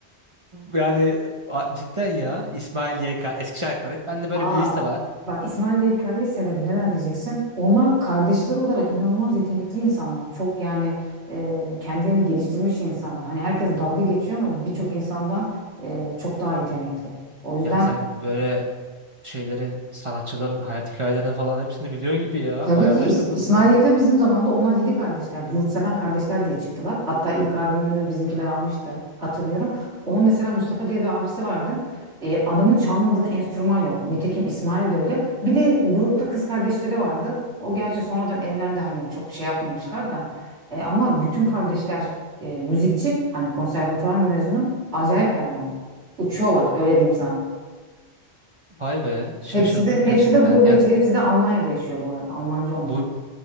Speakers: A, on the right; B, on the right.
A: Yani a- cidden ya İsmail YK eski şarkılar hep bende böyle
B: Aa
A: bir liste
B: bak.
A: var.
B: Bak İsmail ve İlkay'ı severim. Neden diyeceksin? Onlar kardeşler olarak inanılmaz yetenekli insanlar. Çok yani e, kendilerini geliştirmiş insanlar. Hani herkes dalga geçiyor ama birçok insandan e, çok daha yetenekli. O yüzden
A: Ya sen böyle şeylerin sanatçıların hayat hikayelerini falan hepsini biliyorsun gibi ya.
B: Tabii
A: Bayağı
B: ki
A: araştırmışsın.
B: İs- İsmail Yeka bizim zamanda onlar yedi kardeşlerdi. Yurtseven kardeşler diye çıktılar. Hatta ilk albümünü bizimkiler almıştı hatırlıyorum. Onun mesela Mustafa diye bir abisi vardı. E, adamın çalmadığı enstrüman yok. Nitekim İsmail de öyle. Bir de grupta kız kardeşleri vardı. O gerçi sonradan evlendi hani çok şey yapmamışlar da. E, ama bütün kardeşler e, müzikçi. Hani konservatuvar mezunu. Acayipler yani. Uçuyorlar öyle diyeyim sana.
A: Vay be şaşırdım
B: Hepsi de
A: gerçekten.
B: hepsi de gurbetçi.
A: Ya
B: Hepsi de Almanya'da yaşıyor bu arada. Almanca onlar.
A: bu